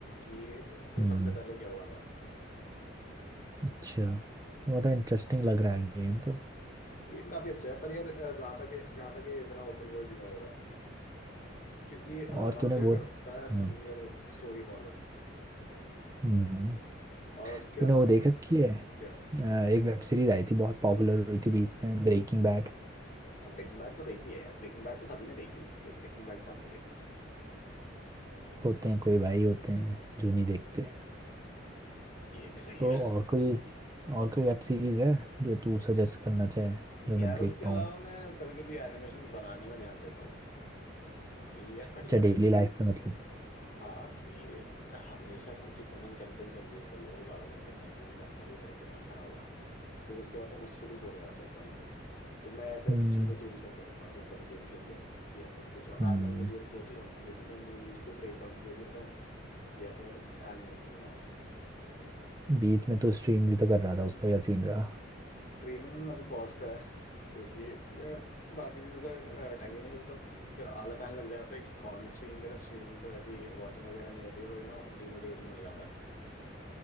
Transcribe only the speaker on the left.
कि
सबसे पहले क्या हुआ था
गेम काफी अच्छा है पर यार जहां तक ये- जहां तक ये इतना ओपन वर्ल्ड नहीं होएगा क्योंकि अ,
माफिया
करता है
लीनियर स्टोरी फॉलो
और उसके
अलावा
क्या
ब्रेकिंग बैड तो देखी है ब्रेकिंग बैड तो सभी ने देखी होती है ब्रेकिंग बैड कौन नहीं देखता
ये भी सही
है
नहीं
यार
उसके अलावा
मैं कभी कभी एनिमेशन बनाने में ध्यान देता हूँ ये यार बढ़िया
टाइम
हाँ कि यार हमेशा तुम कितने कंटेंट कंज्यूम कर लो ज्यादा कंटेंट कंज्यूम करना भी भाई दिमाग खराब हो जाता है तो उसके बाद तुम उससे भी बोर हो जाते हो एक पॉइंट पे तो मैं ऐसे
चीजें चेंज करता रहता हूँ कि कभी गेम खेल लो या फिर कुछ रैंडम
वीडियोस देख लो लेकिन मैं मूवीज के ब्रेक डाउन देख लेता हूँ या फिर एनिमेशन बना लो
स्ट्रीमिंग अभी पॉज पे है क्योंकि यार बाकी चीजों से टाइम ही नहीं मिलता फिर आलस आने लग जाता है कि कौन ही स्ट्रीम करे स्ट्रीमिंग पे वैसे ही वॉचिंग वगैरह नहीं होती है तो यू नो डिमोटिवेशन मिल जाता है